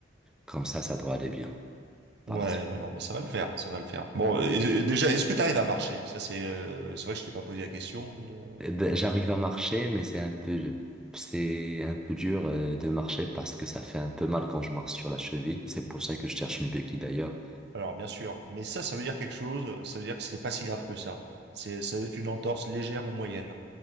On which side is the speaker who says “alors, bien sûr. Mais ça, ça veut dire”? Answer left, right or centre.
Right